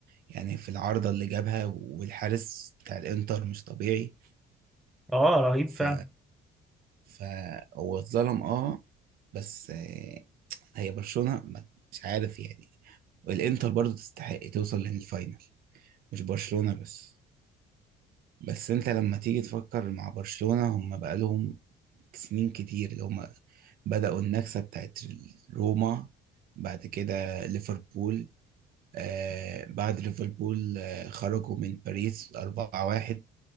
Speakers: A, on the right; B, in the centre.
A: يعني في العارضه اللي جابها والحارس بتاع الانتر مش طبيعي
B: اه رهيب
A: ف
B: فعلا
A: فهو اتظلم اه بس آه، هي برشلونة ما- مش عارف يعني والانتر برضو تستحق توصل للفاينل مش برشلونة بس بس انت لما تيجي تفكر مع برشلونة هم بقالهم سنين كتير اللي هم بدأوا النكسة بتاعت روما بعد كده ليفربول آه بعد ليفربول آه خرجوا من باريس 4-1